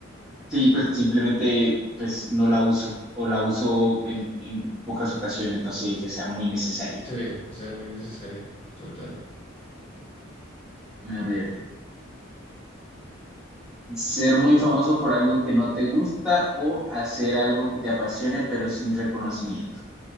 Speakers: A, in the centre; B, on the left.
A: Sí, pues simplemente pues no la uso o la uso en, en pocas ocasiones, no sé, que sea muy necesario.
B: Sí, que sea muy necesario. Total.
A: A ver, ser muy famoso por algo que no te gusta o hacer algo que te apasione pero sin reconocimiento.